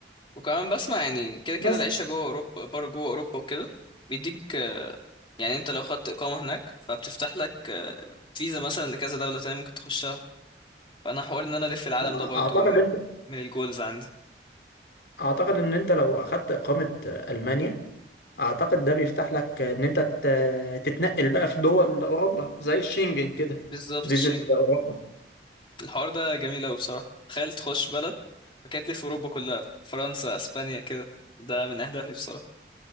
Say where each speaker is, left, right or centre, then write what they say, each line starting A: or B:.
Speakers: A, on the left (about 30°); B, on the left (about 70°).
A: وكمان بسمع يعني كده كده
B: بس
A: العيشة جوه أوروبا بره جوه أوروبا وكده بيديك آه، يعني أنت لو خدت إقامة هناك فبتفتح لك آه، فيزا مثلا لكذا دولة تانية ممكن تخشها فأنا حوار إن أنا ألف العالم
B: آه،
A: ده برضو
B: اعتقد
A: من
B: انت
A: من الجولز عندي
B: اعتقد ان انت لو اخدت اقامه المانيا اعتقد ده بيفتح لك ان انت ت- تتنقل بقى في دول اوروبا زي الشنجن كده
A: بالظبط
B: فيزيت
A: الشنجن
B: اوروبا
A: الحوار ده جميل أوي بصراحة تخيل تخش بلد فكانت تلف أوروبا كلها فرنسا أسبانيا كده ده من أهدافي بصراحة